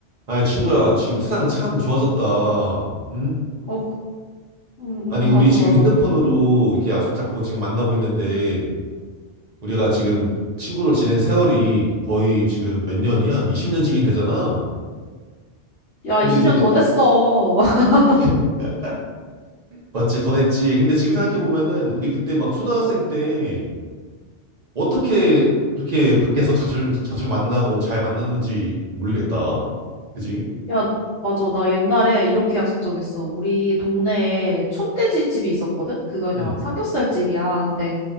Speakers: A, on the right (about 50°); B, on the left (about 75°).
A: 아니, 친구야, 지금 세상 참 좋아졌다. 응?
B: 어, 그- 음,
A: 아니, 우리
B: 음, 맞아,
A: 지금
B: 맞아.
A: 핸드폰으로 이렇게 약속 잡고 지금 만나고 있는데, 우리가 지금
B: 음.
A: 친구로 지낸 세월이 거의 지금 몇 년이야? 20년 지긴 되잖아.
B: 야,
A: 근데
B: 20년
A: 이제,
B: 더 됐어. <laughs>
A: <laughs> 맞지? 더 됐지. 근데 지금 생각해보면은, 우리 그때 막 초등학생 때, 어떻게 그렇게 밖에서 자주, 자주 만나고 잘 만났는지 모르겠다. 그지?
B: 야, 맞아. 나 옛날에 이렇게 약속 정했어. 우리 동네에 촌돼지 집이 있었거든? 그거 그냥
A: 응,
B: 삼겹살 집이야. 근데